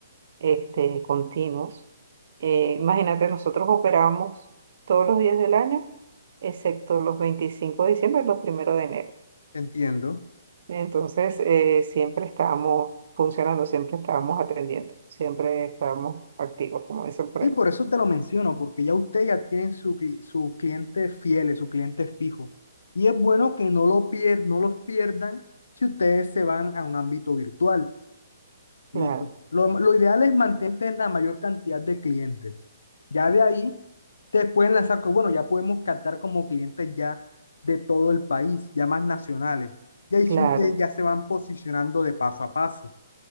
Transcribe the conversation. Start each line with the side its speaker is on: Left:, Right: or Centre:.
Right: este, continuos. Eh, imagínate, nosotros operamos todos los días del año, excepto los 25 de diciembre y los primeros de enero.
Left: Entiendo.
Right: Entonces, eh, siempre estábamos funcionando, siempre estábamos atendiendo, siempre estábamos activos, como dicen por
Left: Sí,
Right: ahí.
Left: por eso te lo menciono, porque ya usted ya tiene su, cli- sus clientes fieles, sus clientes fijos. Y es bueno que no, lo pier- no los pierdan si ustedes se van a un ámbito virtual. Listo.
Right: Claro,
Left: Lo, lo ideal es mantener la mayor cantidad de clientes. Ya de ahí, ustedes pueden lanzar, co- bueno, ya podemos captar como clientes ya de todo el país, ya más nacionales. Y ahí
Right: claro,
Left: sí ustedes ya se van posicionando de paso a paso.